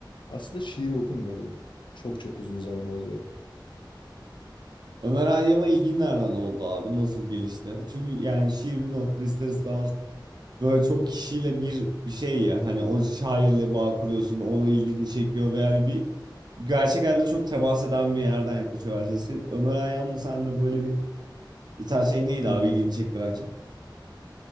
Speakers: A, on the left; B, on the right.
A: aslında şiir okumuyordum. Çok çok uzun zaman oldu.
B: Ömer Hayyam'a ilgin nereden oldu abi? Nasıl gelişti? Çünkü yani şiir bir nokta ister istemez Böyle çok kişiyle bir bir şey ya hani o şairle bağ kuruyorsun ona ilgini çekiyor ve yani bir gerçek hayatta çok temas eden bir yerden yaklaşıyor bence. Sen- Ömer Hayyam da sende böyle bir bir tane şey neydi
A: Hı
B: abi
A: hı.
B: ilgini çektiren şey?